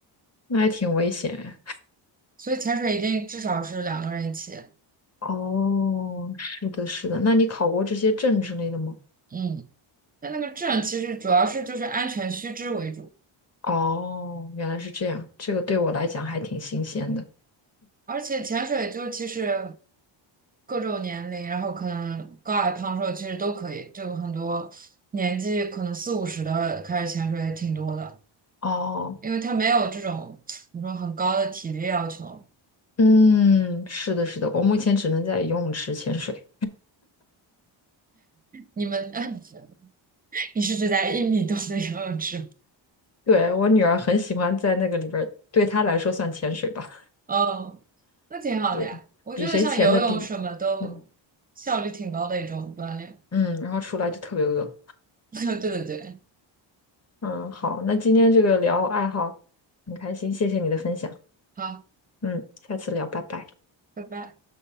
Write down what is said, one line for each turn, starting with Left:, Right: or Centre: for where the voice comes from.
Left: 那还挺危险哎
Right: 所以潜水一定至少是两个人一起。
Left: 哦，是的，是的。那你考过这些证之类的吗？
Right: 嗯，但那个证其实主要是就是安全须知为主，
Left: 哦，原来是这样，这个对我来讲还挺新鲜的。
Right: 而且潜水就其实各种年龄，然后可能高矮胖瘦其实都可以，就很多年纪可能四五十的开始潜水也挺多的，
Left: 哦，
Right: 因为他没有这种怎么说很高的体力要求。
Left: 嗯，是的，是的，我目前只能在游泳池潜水。
Right: 你们，<laughs> 你是指在一米多的游泳池吗？
Left: 对，我女儿很喜欢在那个里边儿，对她来说算潜水吧，
Right: 哦，那挺好的呀。
Left: 对，
Right: 我觉得像游泳什么都效率挺高的一种锻炼。
Left: 比谁潜的低。嗯嗯，然后出来就特别饿。
Right: <laughs> 对对对，
Left: 嗯，好，那今天这个聊爱好很开心，谢谢你的分享。
Right: 好，
Left: 嗯，下次聊，拜拜。
Right: 拜拜。